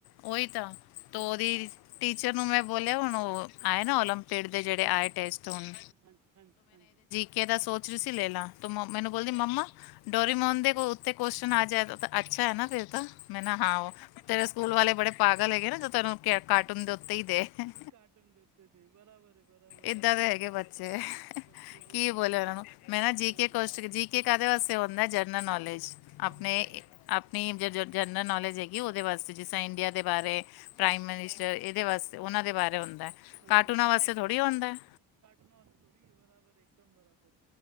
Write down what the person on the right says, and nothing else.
ਹਾਂ
ਹਾਂ
ਹਾਂਜੀ-ਹਾਂਜੀ, ਹਾਂਜੀ।
ਕਾਰਟੂਨ ਦੇ ਉੱਤੇ ਤੇ ਬਰਾਬਰ ਹੈ ਬਰਾਬਰ
ਇੱਕਦਮ
ਬਰਾਬਰ
ਬੱਚੇ ਬਹੁਤ
ਮਸਤੀਆਂ
ਕਰ
ਬਹੁਤ
ਹਾਂ
ਹਾ
ਡਾਰੀਮੋਨ,
ਕਾਰਟੂਨਾਂ ਵਾਸਤੇ ਥੋੜੀ ਆ ਬਰਾਬਰ ਇੱਕ ਦਮ ਬਰਾਬਰ